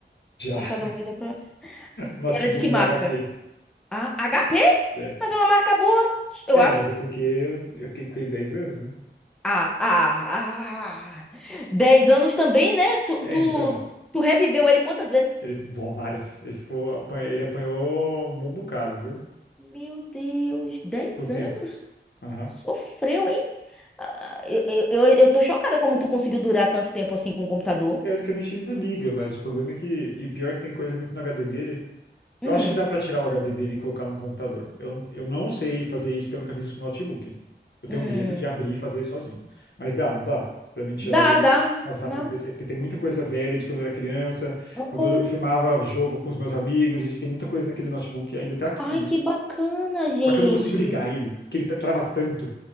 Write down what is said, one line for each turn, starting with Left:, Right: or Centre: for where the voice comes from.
Centre: Computador
Left: Já.
Centre: com vida própria.
Left: Notebook
Centre: Era de que
Left: da
Centre: marca?
Left: HP.
Centre: Ah, HP?
Left: É,
Centre: Mas é uma marca boa, eu
Left: é
Centre: acho.
Left: mas é porque eu, eu fiquei com ele 10 anos, né?
Centre: Ah, ah, ah. dez anos também, né? Tu,
Left: É,
Centre: tu,
Left: então.
Centre: tu reviveu ele quantas vezes?
Left: Ele, bom, várias. Ele ficou, apanha- ele apanhou um bom bocado, viu?
Centre: Meu Deus, 10
Left: Com o tempo.
Centre: anos?
Left: Aham.
Centre: Sofreu, hein? Ah, eu, eu, eu eu tô chocada como tu conseguiu durar tanto tempo assim com o computador.
Left: Teoricamente ele ainda liga, mas o problema é que. E pior que tem coisa muito no HD dele. Eu
Centre: Hum,
Left: acho que dá pra tirar o HD dele e colocar num computador. Eu, eu não sei fazer isso porque eu nunca fiz isso com notebook. Eu tenho
Centre: hum.
Left: medo de abrir e fazer isso sozinho. Mas dá, não dá pra mim tirar
Centre: Dá,
Left: ele
Centre: dá,
Left: e passar
Centre: dá.
Left: pra um PC, porque tem muita coisa velha de quando eu era criança,
Centre: Oh,
Left: quando eu filmava jogo com os meus amigos, a gente tem muita coisa naquele notebook, ainda tá aqui
Centre: ai,
Left: comigo.
Centre: que bacana, gente.
Left: Só que eu não consigo ligar ele, porque ele tra- trava tanto